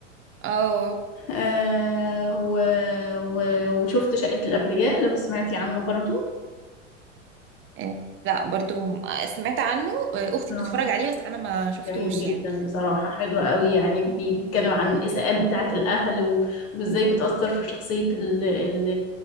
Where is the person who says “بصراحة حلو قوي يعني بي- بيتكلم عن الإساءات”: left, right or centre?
Left